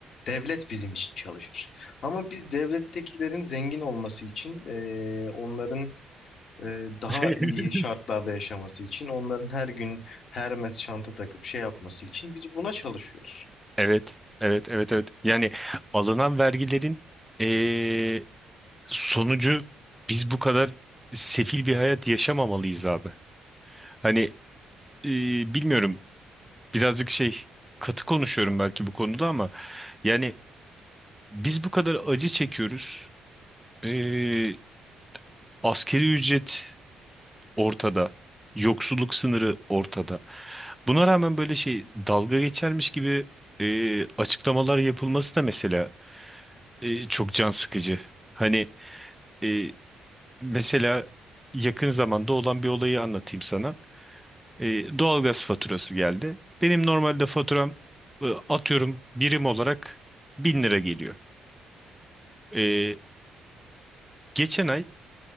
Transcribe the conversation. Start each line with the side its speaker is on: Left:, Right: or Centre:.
Left: Devlet bizim için çalışır. Ama biz devlettekilerin zengin olması için, e, onların e, daha
Centre: <laughs>
Left: iyi şartlarda yaşaması için, onların her gün Hermes çanta takıp şey yapması için biz buna çalışıyoruz.
Centre: Evet. Evet. Evet. Evet. Yani alınan vergilerin eee, sonucu biz bu kadar sefil bir hayat yaşamamalıyız abi. Hani eee, bilmiyorum birazcık şey katı konuşuyorum belki bu konuda ama yani biz bu kadar acı çekiyoruz. Eee, Askeri ücret ortada. Yoksulluk sınırı ortada. Buna rağmen böyle şey dalga geçermiş gibi e, açıklamalar yapılması da mesela e, çok can sıkıcı. Hani e, mesela yakın zamanda olan bir olayı anlatayım sana. E, doğalgaz faturası geldi. Benim normalde faturam e, atıyorum birim olarak bin lira geliyor. E, geçen ay